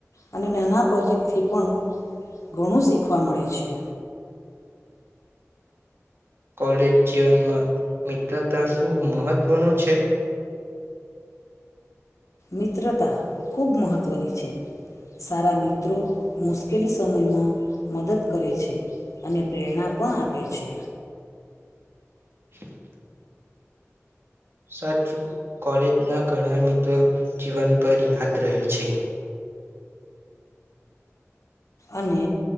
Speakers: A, on the left; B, on the right.
A: અને નાના પ્રોજેક્ટથી પણ ઘણું શીખવા મળે છે.
B: કોલેજ જીવનમાં મિત્રતા શું મહત્વનો છે?
A: મિત્રતા. ખૂબ મહત્વની છે. સારા મિત્રો મુશ્કેલી સમયમાં મદદ કરે છે, અને પ્રેરણા પણ આપે છે.
B: <inaudible> સાચૂ, કોલેજના ઘણા મિત્રો જીવનભર યાદ રહે છે.
A: અને